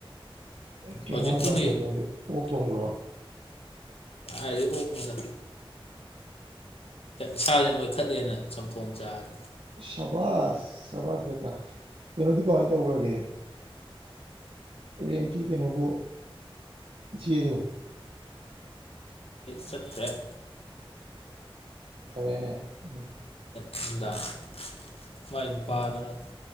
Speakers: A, on the right (about 75°); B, on the left (about 80°).
A: ꯎ ꯀꯦꯡꯉ
B: ꯍꯧꯖꯤꯛꯄꯨꯗꯤ
A: ꯅꯪ ꯀꯩ ꯇꯣꯡꯒꯦ ꯑꯣꯛ ꯊꯣꯡꯕ꯭ꯔꯣ
B: ꯑꯗꯤ ꯑꯣ ꯃꯗ ꯏꯁꯥꯁꯦ ꯅꯣꯏꯈꯠꯂꯦꯅ ꯆꯝꯊꯣꯡ ꯆꯥꯔꯦ
A: ꯁꯕꯥꯁ ꯁꯕꯥꯁ ꯕꯦꯇ ꯀꯩꯅꯣꯗꯤ ꯀꯃꯥꯏꯅ ꯇꯧꯈ꯭ꯔꯒꯦ ꯇꯦꯟ ꯀ ꯀ ꯅꯧꯕꯣ ꯆꯗꯨ
B: ꯆꯠꯈꯔꯦ
A: ꯐꯔꯦꯅꯦ ꯎꯝ
B: ꯅꯨꯡꯗꯥꯡ ꯃꯥꯏ ꯅꯨꯄꯥ
A: ꯎꯝ
B: ꯑꯗꯨꯅ